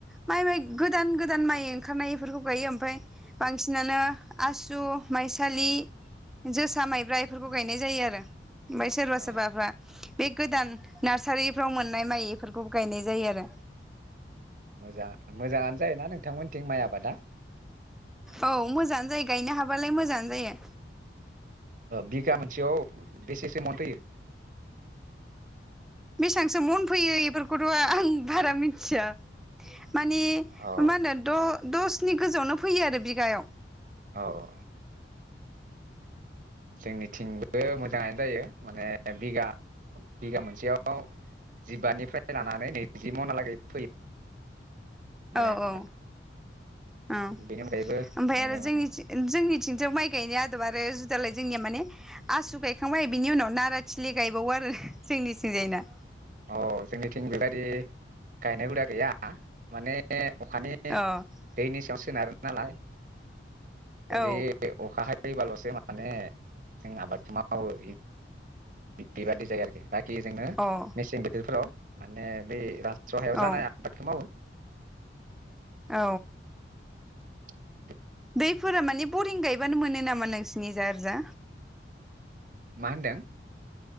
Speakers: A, in the centre; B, on the right (about 45°).
A: माइ माइ गोदान गोदान माइ ओंखारनाय बेफोरखौ गायो ओमफफ्राय बांसिनानो आसु माइसालि जोसा माइ। माइफोरखौ
B: औ
A: गायनाय जायो आरो ओमफ्राय सोरबा
B: औ
A: सोरबाफ्रा बे गोदान नार्सारिफ्राव मोननाय माइफोरखौ गायनाय जायो आरो
B: मोजां मोजाङानो जायोना नोंथांमोनथिं माइ आबादा
A: औ मोजाङआ जायो गायनो हाबालाय मोजाङ जायो
B: बिगा मोनसेयाव बेसेसो म फैयो
A: बेसेबांसो मन फैयो बेफोरखौथ' आं बारा मिथिया मानि
B: औ
A: मा होनो द' दसनि गोजौआवनो फैयो आरो बिगायाव
B: औ औ जोंनिथिंबो मोजाङानो जायो माने बिगा बिगा मोनसेयाव जिबानिफ्राय लानानै नैजि मनाहालागै फैयो माइ
A: औ
B: आबादा
A: औ औ ओमफ्राय
B: बेनि अनगायैबो जोङो
A: आरो जों
B: माने
A: जोंनिथिं थ माइ गायनाय आदब आरो जुदालाय जोंनिया माने आसु गायखांबाय बिनि उनाव नाराथिलि गायबावो आरो जोंनिथिंजायना
B: औ जोंनिथिं बेबायदि गायनाय हुदा गैया माने अखानि
A: अ औ
B: दैनि सायाव सोनारो नालाय दा
A: अ
B: बे अखा फैबाल'सो माने जों आबादथि मावो बेबादि जायो आरोखि बाखि जोंङनो
A: औ
B: मेसें बोथोरफोराव माने बे राज्रहायाव
A: औ
B: जानाय आबादखौ मावो
A: औ
B: <inaudible>
A: बैफोरा मानि बरिं गायबानो मोनो नामा नोंसिनि जा एरैजा
B: मा होनदों